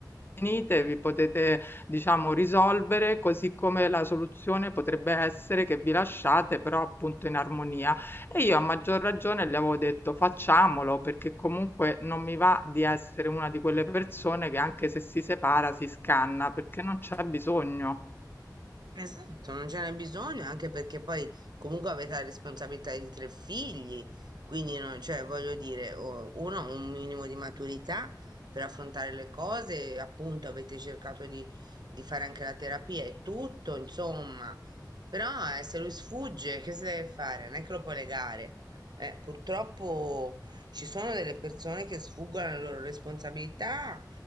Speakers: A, on the left; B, on the right.
A: venite, vi potete diciamo risolvere, così come la soluzione potrebbe essere che vi lasciate però appunto in armonia. E io a maggior ragione le avevo detto facciamolo perché comunque non mi va di essere una di quelle persone che anche se si separa si scanna perché non c'è bisogno.
B: Esatto, non ce n'è bisogno, anche perché poi comunque avete la responsabilità di tre figli, quindi non- cioè, voglio dire, o- uno ha un minimo di maturità per affrontare le cose, appunto avete cercato di, di fare anche la terapia e tutto, insomma, però eh, se lui sfugge, che si deve fare? Non è che lo può legare. Eh, purtroppo ci sono delle persone che sfuggono alle loro responsabilità